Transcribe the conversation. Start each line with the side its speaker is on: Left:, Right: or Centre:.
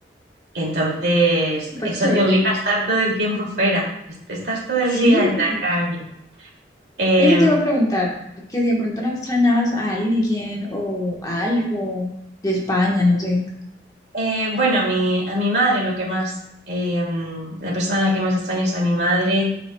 Right: Entonces,
Left: Ah, súper
Right: eso
Left: chévere.
Right: te obliga a estar todo el tiempo fuera. Est- Estás todo el
Left: Sí.
Right: día en la calle. Eh,
Left: Eso te iba a preguntar, que si de pronto no extrañabas a alguien o a algo de España, no sé.
Right: eh, bueno, a mi, a mi madre lo que más, eh, la persona a la que más extraño es a mi madre.